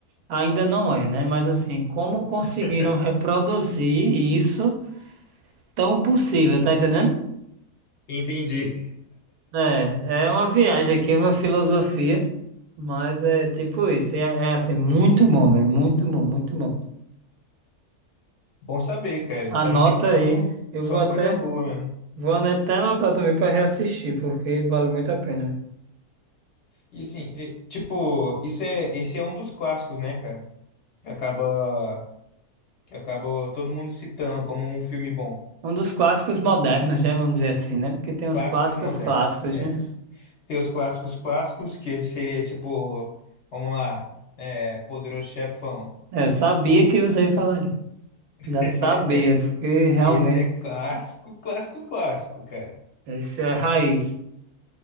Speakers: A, on the right (about 85°); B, on the left (about 60°).
A: Ainda não é, né? Mas assim, como conseguiram
B: <laughs>
A: reproduzir isso tão possível, tá entendendo?
B: Entendi.
A: É, é uma viagem aqui, é uma filosofia, mas é tipo isso, é, é assim, muito bom, velho, muito bom, muito bom.
B: Bom saber, cara. Você
A: Anota
B: tá me indicando
A: aí,
B: só
A: eu vou até,
B: coisa boa mesmo.
A: vou até anotar também para reassistir, porque vale muito a pena. velho.
B: E assim, e, tipo, isso é, esse é um dos clássicos, né, cara? que acaba que acaba todo mundo citando como um filme bom.
A: Um dos clássicos modernos, né? Vamos dizer assim, né? Porque tem os
B: Clássicos
A: clássicos
B: modernos.
A: clássicos,
B: É.
A: né?
B: Tem os clássicos clássicos, que seria tipo, vamos lá, é, Poderoso Chefão.
A: É, eu sabia que você ia falar isso. Já
B: <laughs>
A: sabia, porque realmente
B: Esse é clássico, clássico, clássico, cara.
A: isso é raiz.